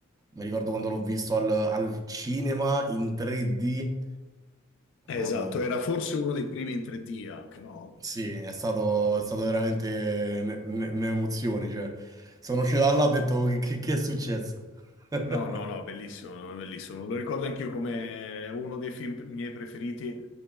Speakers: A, on the right; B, on the left.
A: Mi ricordo quando l'ho visto al, al cinema in 3D.
B: Eh,
A: Mamma
B: Esatto,
A: mia.
B: era forse uno dei primi in 3D anche, no?
A: Sì, è stato, è stato veramente ne- ne- un'emozione, cioè. Sono uscito da là e ho detto che, che che è successo? <laughs>
B: No, no, no, bellissimo, no, bellissimo. Lo ricordo anch'io come uno dei film miei preferiti,